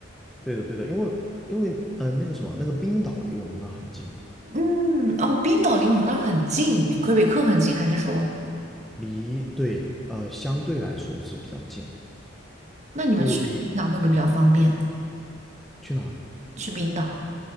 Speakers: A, in the centre; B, on the right.
A: 对的，对的，因为因为呃那个什么那个冰岛离我们那很近，
B: <laughs> 嗯，哦，冰岛离你们那儿很近，魁北克很近，还是说，
A: 离对呃相对来说是比较近的，
B: 那你们去冰岛会不会比较方便？
A: 就离去哪？
B: 去冰岛，